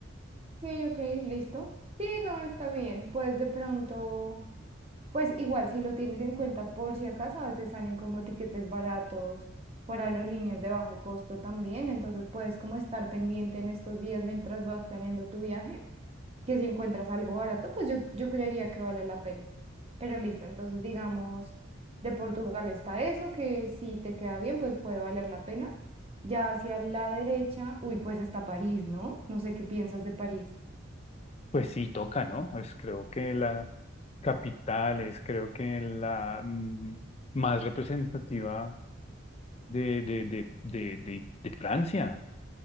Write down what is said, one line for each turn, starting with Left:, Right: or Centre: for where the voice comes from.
Right: Ok, ok, listo. Sí, no, está bien. Pues de pronto... Pues igual, si lo tienes en cuenta por si acaso, a veces salen como tiquetes baratos por aerolíneas de bajo costo también, entonces puedes como estar pendiente en estos días mientras vas planeando tu viaje, que si encuentras algo barato, pues yo, yo creería que vale la pena. Pero listo, entonces digamos, de Portugal está eso, que si te queda bien, pues puede valer la pena. Ya hacia la derecha, uy, pues está París, ¿no? No sé qué piensas de París.
Left: Pues sí, toca, ¿no? Es creo que la capital es creo que la mm, más representativa de, de, de, de, de, de Francia.